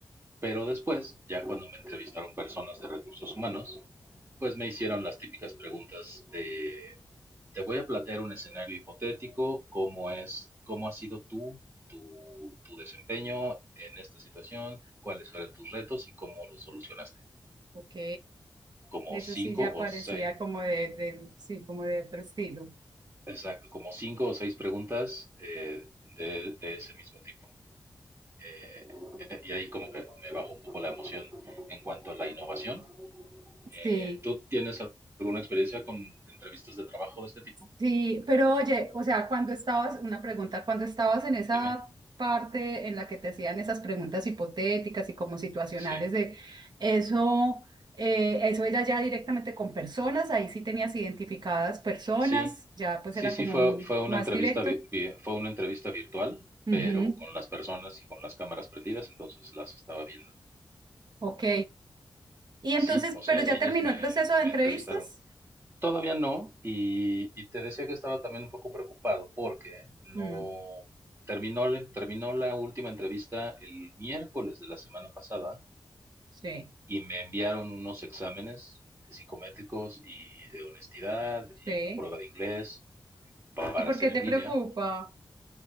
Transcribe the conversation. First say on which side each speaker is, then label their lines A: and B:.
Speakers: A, on the right; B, on the right.
A: Pero después, ya cuando me entrevistaron personas de recursos humanos, pues me hicieron las típicas preguntas de te voy a plantear un escenario hipotético, cómo es, cómo ha sido tú, tu, tu desempeño en esta situación, cuáles fueron tus retos y cómo los solucionaste.
B: ok,
A: Como
B: eso
A: cinco
B: sí ya
A: o
B: parecía
A: seis,
B: como de, del- sí, como de otro estilo,
A: exacto, como cinco o seis preguntas eh, de, de ese mismo tipo. Eh, y ahí como que me bajó un poco la emoción en cuanto a la innovación. Eh,
B: sí.
A: ¿tú tienes alguna experiencia con entrevistas de trabajo de este tipo?
B: Sí, pero oye, o sea, cuando estabas, una pregunta, cuando estabas en esa
A: Dime.
B: parte en la que te hacían esas preguntas hipotéticas y como situacionales
A: Sí.
B: de eso, eh, eso era ya directamente con personas, ahí sí tenías identificadas personas,
A: Sí,
B: ya pues
A: sí,
B: era
A: sí,
B: como
A: fue,
B: un
A: fue una
B: más
A: entrevista,
B: directo.
A: vi- vi- fue una entrevista virtual,
B: Ujú,
A: pero con las personas y con las cámaras prendidas, entonces las estaba viendo.
B: ok. Y entonces,
A: Sí, o sea,
B: pero ya
A: ellos
B: terminó
A: me,
B: el proceso de
A: me
B: entrevistas.
A: entrevistaron. Todavía no, y, y te decía que estaba también un poco preocupado porque no
B: Mm,
A: terminó, la- terminó la última entrevista el miércoles de la semana pasada
B: sí,
A: y me enviaron unos exámenes psicométricos y de honestidad y
B: sí.
A: una prueba de inglés para
B: ¿Y por
A: hacer
B: qué te
A: en
B: preocupa?
A: línea.